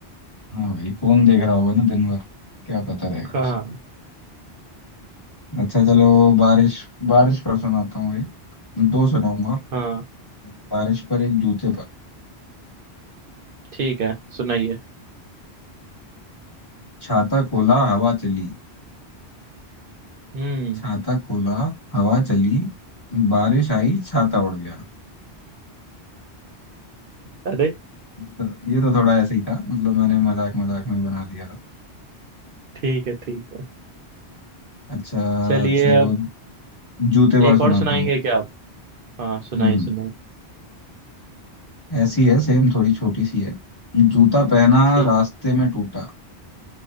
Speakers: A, on the left; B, on the right.
A: हाँ भाई फोन देख रहा होगा ना दिन भर क्या पता रहेगा
B: हाँ
A: उसे। अच्छा चलो बारिश बारिश पर सुनाता हूँ एक दो सुनाऊंगा
B: हाँ
A: एक बारिश पर एक जूते पर
B: ठीक है सुनाइए
A: छाता खोला हवा चली
B: हम्म
A: छाता खोला हवा चली बारिश आई छाता उड़ गया
B: अरे
A: तो ये तो थोड़ा ऐसे ही था मतलब मैंने मजाक मजाक में ही बना दिया था
B: ठीक है ठीक है
A: अच्छा
B: चलिए
A: चलो
B: अब
A: जूते पर
B: एक
A: सुनाता
B: और सुनाएंगे
A: हूँ
B: क्या आप हाँ सुनाइए
A: हम्म
B: सुनाइए
A: ऐसी है सेम थोड़ी छोटी सी है जूता पहना
B: ठीक
A: रास्ते में टूटा